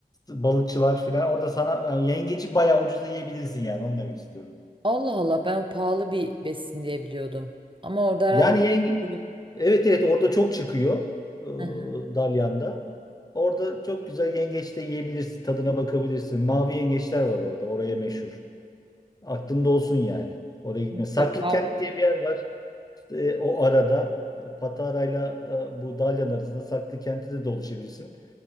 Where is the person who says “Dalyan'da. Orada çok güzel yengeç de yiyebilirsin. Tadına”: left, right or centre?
Left